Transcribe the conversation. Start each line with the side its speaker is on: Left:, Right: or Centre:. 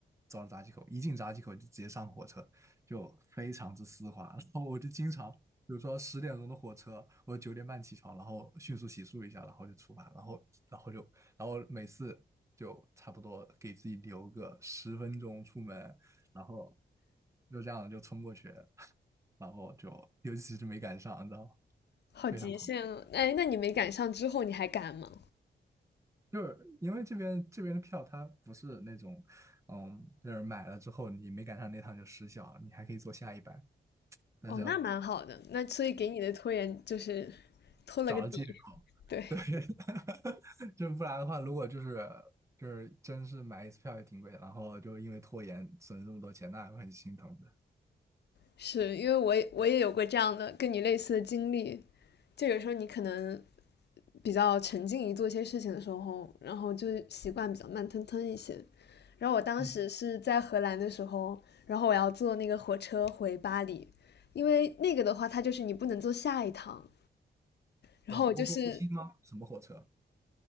Right: 走到闸机口，一进闸机口就直接上火车，就非常之丝滑。<laughs> 然后我就经常，比如说十点钟的火车，我九点半起床，然后迅速洗漱一下，然后就出发，然后然后就然后每次就差不多给自己留个十分钟出门，然后就这样就冲过去，<laughs> 然后就尤其是没赶上，你知道吗？
Left: 好极限啊！
Right: 非常快。
Left: 哎，那你没赶上之后，你还敢吗？
Right: 就是因为这边这边的票它不是那种，嗯，就是买了之后你没赶上那趟就失效，你还可以坐下一班，但是要
Left: 哦，那蛮好的。那所以给你的拖延就是拖了个底。
Right: 找了借口，
Left: 对，
Right: 对，<laughs> 就不然的话，如果就是就是真是买一次票也挺贵，然后就因为拖延损失这么多钱，那还会很心疼的。
Left: 是因为我也我也有过这样的跟你类似的经历，就有时候你可能比较沉浸于做一些事情的时候，然后就习惯比较慢吞吞一些。然后我当时是在荷兰的时候，
Right: 嗯，
Left: 然后我要坐那个火车回巴黎，因为那个的话，它就是你不能坐下一趟，然后我就是
Right: 那欧洲之星吗？什么火车？